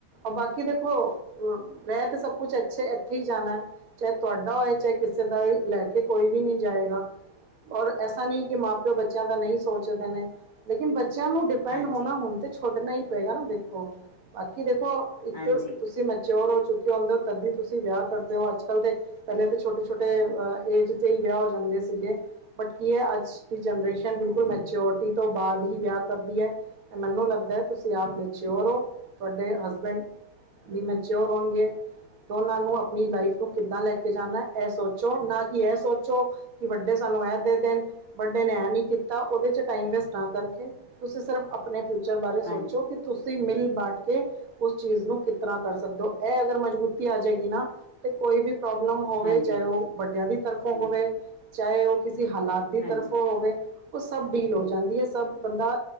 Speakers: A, on the right; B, on the left.
A: ਬਾਕੀ ਦੇਖੋ, ਰਹਿ ਤੇ ਸਭ ਕੁਛ ਅੱਛੇ, ਇੱਥੇ ਹੀ ਜਾਣੇ। ਚਾਹੇ ਤੁਹਾਡਾ ਹੋਏ, ਚਾਹੇ ਕਿਸੇ ਦਾ ਹੋਏ, ਲੈ ਕੇ ਕੋਈ ਵੀ ਨਹੀਂ ਜਾਏਗਾ। ਔਰ ਐਸਾ ਨਹੀਂ ਕਿ ਮਾਂ ਪਿਓ ਬੱਚਿਆਂ ਤਾਂ ਨਹੀਂ ਸੋਚਦੇ ਨੇ। ਲੇਕਿਨ ਬੱਚਿਆਂ ਨੂੰ ਡਿਪੈਂਡ
B: ਹਾਂਜੀ
A: ਹੋਣਾ ਹੁਣ ਤੇ ਛੋਡਣਾ ਹੀ ਪਏਗਾ ਨਾ ਦੇਖੋ। ਬਾਕੀ ਦੇਖੋ, ਇੱਕ
B: ਹਾਂਜੀ,
A: ਤੁਸੀਂ ਮੈਚੋਰ ਹੋ ਚੁੱਕੇ <unintelligible> ਆਂਦੇ ਹੋ ਤੱਦ ਵੀ ਤੁਸੀਂ ਵਿਆਹ ਕਰਦੇ ਹੋ, ਅੱਜ ਕੱਲ੍ਹ ਦੇ ਪਹਿਲੇ ਤੇ ਛੋਟੇ-ਛੋਟੇ ਏਜ ਤੇ ਹੀ ਵਿਆਹ ਹੋ ਜਾਂਦੇ ਸੀਗੇ। ਬਟ ਕੀ ਐ ਅੱਜ ਦੀ ਜਨਰੇਸ਼ਨ ਬਿਲਕੁਲ ਮੈਚਓਰਟੀ ਤੋਂ ਬਾਅਦ ਹੀ ਵਿਆਹ ਕਰਦੀ ਐ। ਤੇ ਮੈਨੂੰ ਲੱਗਦਾ, ਤੁਸੀਂ ਆਪ ਮੈਚਓਰ ਹੋ। ਤੁਹਾਡੇ ਹਸਬੈਂਡ ਵੀ ਮੈਚੋਰ ਹੋਣਗੇ। ਦੋਨਾਂ ਨੂੰ ਅਪਨੀ ਲਾਈਫ ਨੂੰ ਕਿੱਦਾਂ ਲੈ ਕੇ ਜਾਣਾ ਇਹ ਸੋਚੋ। ਨਾ ਕਿ ਇਹ ਸੋਚੋ ਕਿ ਵੱਡੇ ਸਾਨੂੰ ਇਹ ਦੇ ਦੇਣ ਵੱਡੇ ਨੇ ਐ ਨੀ ਕੀਤਾ। ਉਹਦੇ ਚ ਟਾਈਮ ਵੇਸਟ ਨਾ ਕਰਕੇ, ਤੁਸੀਂ ਸਿਰਫ ਆਪਣੇ ਫਿਊਚਰ ਬਾਰੇ ਸੋਚੋ।
B: ਹਾਂਜੀ,
A: ਤੁਸੀਂ ਮਿਲ ਬਾਂਟ ਕੇ ਉਸ ਚੀਜ਼ ਨੂੰ ਕਿਸ ਤਰ੍ਹਾਂ ਕਰ ਸਕਦੇ ਹੋ। ਇਹ ਅਗਰ ਮਜ਼ਬੂਤੀ ਆ ਜਾਏਗੀ ਨਾ ਤੇ ਕੋਈ ਵੀ ਪ੍ਰੋਬਲਮ ਹੋਵੇ,
B: ਹਾਂਜੀ,
A: ਚਾਹੇ ਉਹ ਵੱਡਿਆਂ ਦੀ ਤਰਫੋਂ ਹੋਵੇ, ਚਾਹੇ ਉਹ ਕਿਸੇ ਹਾਲਾਤ ਦੀ
B: ਹਾਂਜੀ।
A: ਤਰਫ ਹੋਵੇ, ਉਹ ਸਭ ਡੀਲ ਹੋ ਜਾਂਦੀ ਏ। ਸਭ ਬੰਦਾ